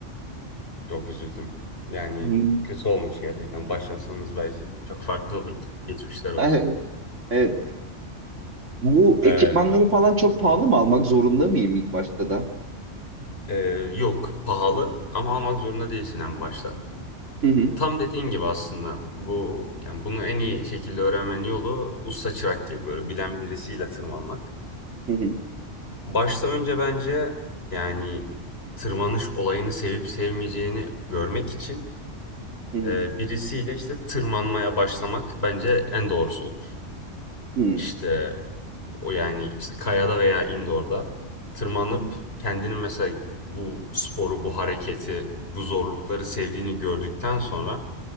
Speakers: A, on the left; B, on the right.
A: Çok üzüldüm. Yani
B: Hmm.
A: kötü olmuş gerçekten. Başlasanız belki çok farklı olurdu. Geçmişler
B: <laughs>
A: olsun.
B: Evet. Bu
A: Ee,
B: ekipmanları falan çok pahalı mı almak zorunda mıyım ilk başta da?
A: e, yok pahalı ama almak zorunda değilsin en başta.
B: Hı hı,
A: Tam dediğin gibi aslında bu yani bunu en iyi şekilde öğrenmenin yolu usta çırak gibi böyle bilen birisiyle tırmanmak.
B: hı hı,
A: Başta önce bence yani tırmanış olayını sevip sevmeyeceğini görmek için
B: hı
A: e, birisiyle işte tırmanmaya başlamak bence en doğrusu olur.
B: hı,
A: İşte o yani işte kayada veya indoor'da tırmanıp
B: hı hı.
A: kendini mesela bu sporu, bu hareketi, bu zorlukları sevdiğini gördükten sonra